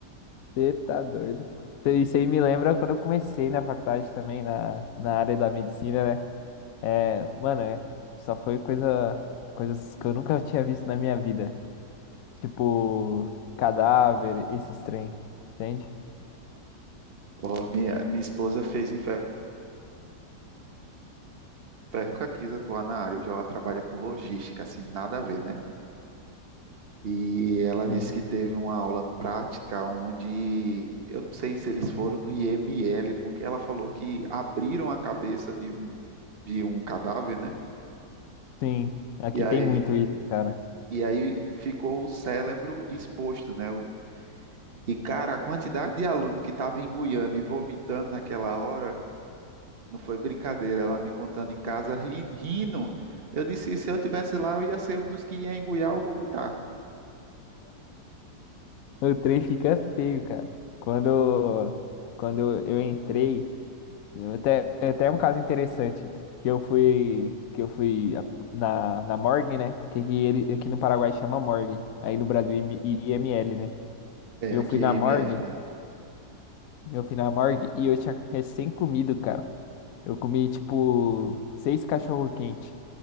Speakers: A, on the left; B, on the right.
A: Você tá doido. Isso aí me lembra quando eu comecei na faculdade também, na, na área da medicina, né? É, mano, é, só foi coisa, coisas que eu nunca tinha visto na minha vida. Tipo, cadáver, esses trem, entende?
B: Oh, minha, minha esposa fez enfermagem, nunca quis atuar na área, hoje ela trabalha com logística, assim, nada a ver, né? E ela disse
A: E,
B: que teve uma aula prática onde eu não sei se eles foram no IML, porque ela falou que abriram a cabeça de um, de um cadáver, né?
A: sim, aqui
B: E aí,
A: tem muito isso, cara.
B: e aí ficou o cérebro exposto, né? O- E, cara, a quantidade de aluno que estava engoiando e vomitando naquela hora não foi brincadeira. Ela me contando em casa, ri- rindo. Eu disse, se eu tivesse lá, eu ia ser um dos que ia engoiar ou vomitar.
A: O trem fica feio, cara. Quando, quando eu entrei, Eu Até, até um caso interessante que eu fui que eu fui a- na, na morgue, né? Que, que ele aqui no Paraguai chama morgue, aí no Brasil IM- IML, né?
B: É,
A: Eu
B: aqui
A: fui na
B: é IML.
A: morgue, eu fui na morgue e eu tinha recém comido, cara. Eu comi tipo seis cachorro quente.